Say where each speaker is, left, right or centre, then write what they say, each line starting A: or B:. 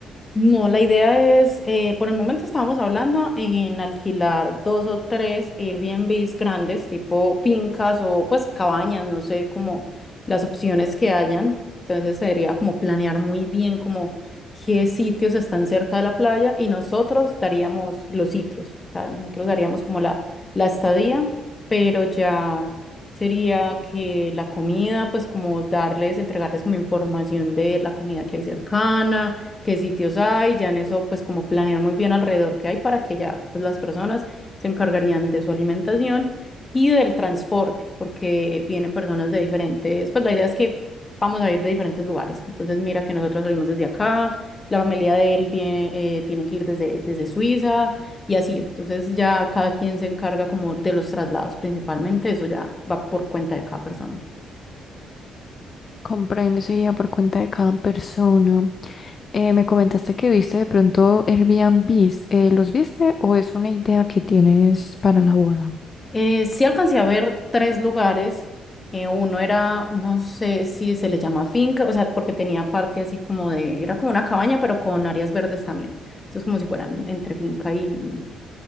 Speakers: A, on the left; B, on the left.
A: No, la idea es, eh, por el momento estábamos hablando en alquilar dos o tres Airbnbs grandes, tipo fincas o pues cabañas, no sé, como las opciones que hayan. Entonces sería como planear muy bien como qué sitios están cerca de la playa y nosotros daríamos los sitios, o sea, nosotros daríamos como la, la estadía, pero ya sería que la comida, pues como darles, entregarles como información de la comida que hay cercana qué sitios hay, ya en eso pues como planear muy bien alrededor que hay para que ya pues las personas se encargarían de su alimentación y del transporte, porque vienen personas de diferentes, pues la idea es que vamos a ir de diferentes lugares. Entonces mira que nosotros salimos desde acá, la familia de él viene, eh, tienen que ir desde, desde Suiza y así. Entonces ya cada quien se encarga como de los traslados principalmente, eso ya va por cuenta de cada persona.
B: Comprendo, eso iría por cuenta de cada persona. Eh, me comentaste que viste de pronto Airbnbs. eh, ¿los viste o es una idea que tienes para la boda?
A: Eh, sí alcancé a ver tres lugares. Eh, uno era, no sé si se le llama finca, o sea, porque tenía parte así como de, era como una cabaña, pero con áreas verdes también. Entonces, como si fueran entre finca y, y,